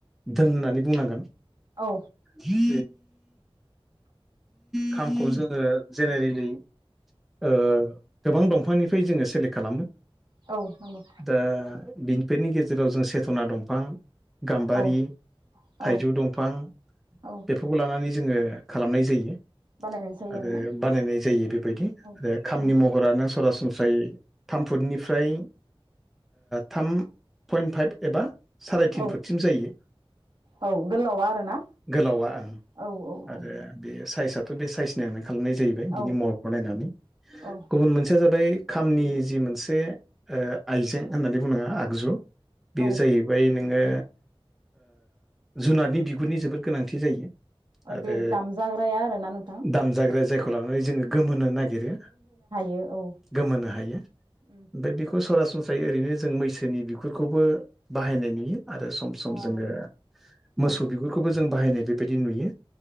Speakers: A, in the centre; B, on the right.
A: धोन होननानै बुंनांगोन।
B: औ
A: बे खामखौ जोङो जेनेरेलि ओ गोबां दंफांनिफ्राय जोङो सेलेक्ट खालामो।
B: औ नंगौ
A: दा बिनिफोरनि गेजेराव जों सेथना दंफां गाम्बारि,
B: औ
A: थाइजौ
B: औ
A: दंफां,
B: औ
A: बेफोरखौ लानानै जोङो खालामनाय जायो।
B: बानायनाय जायो
A: आरो
B: आरोना
A: बानायनाय जायो बेबायदि
B: औ
A: आरो खामनि
B: उम
A: महरानो सरा सनस्रा गाय थाम फुटनिफ्राय थाम पइन्ट फाइभ एबा साराय तिन
B: औ
A: फुटसिम जायो
B: औ गोलावा आरोना
A: गोलावा ओं
B: औ औ
A: आरो
B: औ
A: बे साइजआथ' बे साइसनियानो खालामनाय जाहैबाय
B: औ
A: बिनि महरखौ नायनानै
B: औ
A: गुबुन मोनसेया जाबाय खामनि जि मोनसे आइजें होननानै बुनाङा आगजु बेयो
B: ओ
A: जाहैबाय नोङो जुनारनि बिगुरनि जोबोद गोनांथि जायो। आरो
B: बे दामजाग्राया आरोना नोंथां
A: दामजाग्रााया जायखौ लानानै जोङो गोमोनो नागिरो।
B: बे औ
A: गोमोनो हायो ओमफाय
B: उम
A: बेखौ सरास स्रायै जों ओरैनो जों मैसोनि बिगुरखौबो बाहायनाय नुयो। आरो सम सम
B: ओ
A: जोङो मोसौ
B: औ
A: बिगुरखौबो जों बाहायनाय बेबायदि नुयो।